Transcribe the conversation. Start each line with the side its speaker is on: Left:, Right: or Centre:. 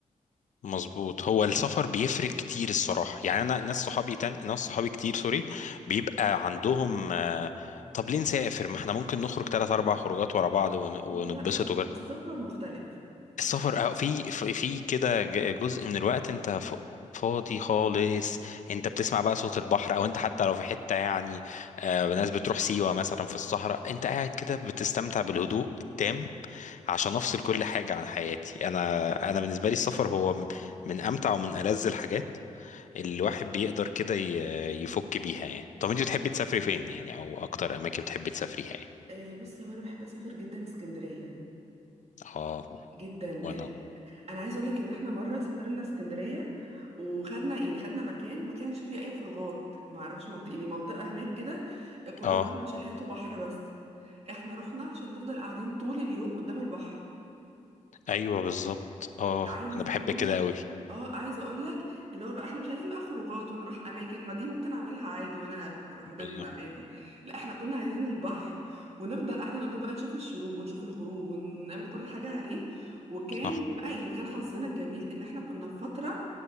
Left: مظبوط هو السفر بيفرق كتير الصراحة يعني أنا ناس صحابي تاني ناس صحابي كتير سوري بيبقى عندهم آه، طب ليه نسافر ما احنا ممكن نخرج تلات أربع خروجات ورا بعض ون- ونتبسط
Right: لا بس السفر مختلف
Left: السفر أه، في في في كده ج- جزء من الوقت انت ف- فاضي خالص انت بتسمع بقى صوت البحر او انت حتى لو في حتة يعني آه، ناس بتروح سيوة مثلا في الصحراء انت قاعد كده بتستمتع بالهدوء التام عشان افصل كل حاجة عن حياتي انا انا بالنسبة لي السفر هو م- من امتع ومن ألذ الحاجات اللي الواحد بيقدر كده ي- يفك بيها يعني طب انت بتحبي تسافري فين يعني او اكتر اماكن بتحبي تسافريها يعني
Right: آه، بص هو انا بحب اسافر جدا اسكندريه
Left: اه
Right: جدا
Left: وانا
Right: انا عايز اقول لك ان احنا مره سافرنا اسكندريه وخدنا يعني خدنا مكان ما كانش فيه اي خروجات ما اعرفش منطقه يعني منطقه هناك كده كلها
Left: اه
Right: عباره عن شاليهات وبحر بس احنا رحنا عشان نفضل قاعدين طول اليوم قدام البحر
Left: ايوه بالظبط اه
Right: عايزه
Left: انا بحب
Right: اقول
Left: كده
Right: لك
Left: قوي
Right: اه عايزه اقول لك اللي هو بقى احنا مش عايزين بقى خروجات ونروح اماكن ما دي ممكن اعملها عادي وانا في بيتنا
Left: بالظبط
Right: عادي لا احنا كنا عايزين البحر ونفضل قاعدين قدام بقى نشوف الشروق ونشوف الغروب ونعمل كل حاجه عليه وكان
Left: صح
Right: بقى يعني كان حظنا الجميل ان احنا كنا في فتره